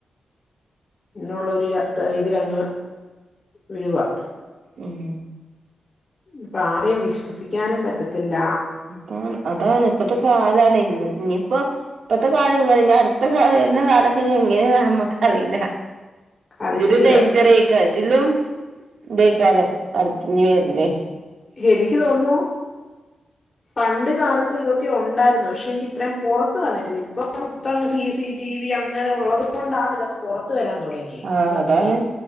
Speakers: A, on the left; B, on the right.
A: ന്നുള്ളൊരു ഇതിലങ്ങ് വിടുവാ
B: ഉം
A: ഇപ്പൊ ആരെയും വിശ്വസിക്കാനും പറ്റത്തില്ല
B: അതാണ് അതാണ് ഇപ്പത്തെ കാലാണ് ഇ ഇനിയിപ്പോ ഇപ്പത്തെ കാലം ഇങ്ങനെ ഇഞ്ഞ അടുത്ത കാലം വരുന്ന കാലം ക്കെ ഇഞെങ്ങനെയ നമ്മക്കറില്ല
A: അത്
B: ഇതിലും
A: ശരിയാ
B: ഡേഞ്ചറക്ക ഇതിലും ദേക്കാരം അടുത്തെ ഇഞ്ഞിവരുന്നേ
A: എനിക്ക് തോന്നുന്നു പണ്ട് കാലത്തും ഇതൊക്കെ ഉണ്ടായിരുന്നു പക്ഷെ എങ്കി ഇത്രയും പുറത്ത് വന്നിട്ടില്ല ഇപ്പ മൊത്തം സീ സി ടി വി അങ്ങനെ ഉള്ളത് കൊണ്ടാണ് ഇതൊക്കെ പുറത്ത് വരാൻ തുടങ്ങിയി യെ
B: ആഹ്
A: സത്യത്തി
B: അതാണ്